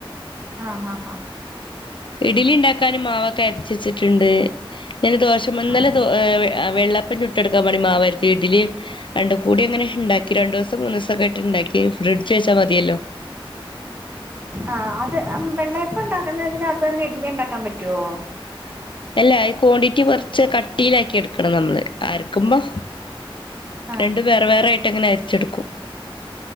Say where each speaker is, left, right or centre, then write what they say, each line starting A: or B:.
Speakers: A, on the right (about 20°); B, on the left (about 60°).
A: ആഹ് ആഹ്
B: ഇഡലിണ്ടാക്കാന് മാവൊക്കെ യരച്ചിച്ചിട്ട് ണ്ട് എനി ദോശമ്മ ന്നല
A: ആഹ്
B: ഏഹ് വെള്ളപ്പം ചുട്ടടുക്കാൻ വേണ്ടി മാവരച്ച് ഇഡലി രണ്ട് കൂടി ങ്ങനെ ണ്ടാക്കി രണ്ട് ദിവസം മൂന്ന് ദിവസക്കായിട്ട് ണ്ടക്കി ഫ്രിഡ്ജ് വച്ചാ മതിയല്ലോ
A: ആഹ് അത് വെള്ളയപ്പം ഇ ണ്ടാക്കുന്നതിനകത്ത് തന്നെ ഇഡലി ഇ ണ്ടാക്കാൻ പറ്റുവോ?
B: എല്ല അയി ക്വാണ്ടിറ്റി കുറച്ച് കട്ടിയിലാക്കി എടുക്കണം നമ്മള് അരക്കുമ്പൊ
A: ആ
B: രണ്ടും വേറെ വേറെ ആയിട്ടങ്ങനെ അരച്ചെടുക്കും